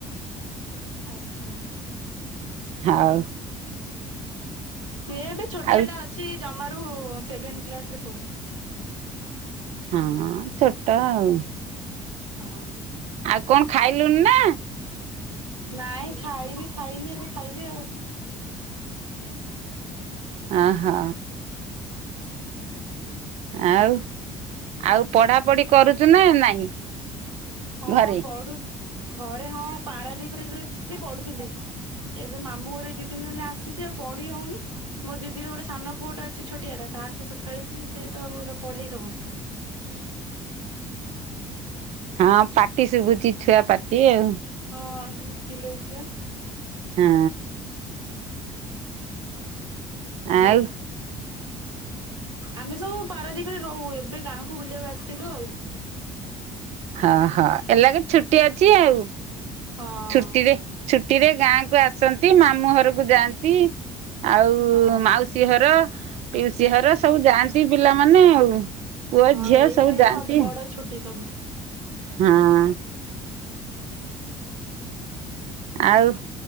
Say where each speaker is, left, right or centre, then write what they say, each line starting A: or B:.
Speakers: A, on the right (about 80°); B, on the right (about 45°).
A: ଆଜ୍ଞା
B: ହଉ
A: ସିଏ ଏବେ ଛୋଟିଆ
B: ଆଉ
A: ଟା ଅଛି ଜମାରୁ ସେଭେନ କ୍ଲାସ ରେ ପଢୁଛି
B: ହଁ ଛୋଟ ଆଉ
A: ହଁ
B: ଆଉ କଣ ଖାଇଲୁଣି ନା
A: ନାଇଁ ଖାଇବି ଖାଇନି ଏବେ ଖାଇବି ଆଉ
B: ଅ ହୋ
A: ହୁଁ
B: ଆଉ ଆଉ ପଢାପଢି କରୁଛୁ ନା ନାଇଁ
A: ହଁ
B: ଘରେ?
A: ପଢ଼ୁ ଘରେ ହଁ ପାରାଦୀପରେ ଯେତେବେଳେ ଥିଲି ପଢୁଥିଲି ଏବେ ମାମୁଁ ଘର ଏଇ ଦି ତିନି ଦିନ ହେଲା ଆସିଛି ଆଉ ପଢି ହଉନି ମୋ ଦିଦିର ଗୋଟେ ସାନ ପୁଅଟେ ଅଛି ଛୋଟିଆଟା ତା ସହିତ ଖେଳୁଛି ସିଏ ତ ପୁର ପଢେଇ ଦେବନି ହ
B: ହଁ ପାଟି ଶୁଭୁଚି ଛୁଆ ପାଟି ଆଉ
A: ହଁ ମାଉସୀ ସିଏ ଚିଲଉଛି ବା
B: ହଁ
A: ସେଇଆ
B: ଆଉ
A: ଆମେ ସବୁ ପାରାଦୀପରେ ରହୁ ଏବେ ଗାଁକୁ ବୁଲିବାକୁ ଆସିଥିଲୁ ଆଉ
B: ହଁ ହଁ ଏଲାଗେ ଛୁଟି ଅଛି ଆଉ
A: ହଁ।
B: ଛୁଟିରେ ଛୁଟିରେ ଗାଁ କୁ ଆସନ୍ତି ମାମୁଁ ଘରକୁ ଯାଆନ୍ତି ଆଉ
A: ହଁ।
B: ମାଉସୀ ଘ ର ପିଉସୀ ଘର ସବୁ ଯାଆନ୍ତି ପିଲାମାନେ ଆଉ ପୁଅ
A: ହଁ
B: ଝିଅ
A: ଏଇଟା
B: ସବୁ
A: ହିଁ
B: ଯାଆନ୍ତି
A: ତ ବଡ ଛୁଟି ସବୁଠୁ
B: ହଁ ଆଉ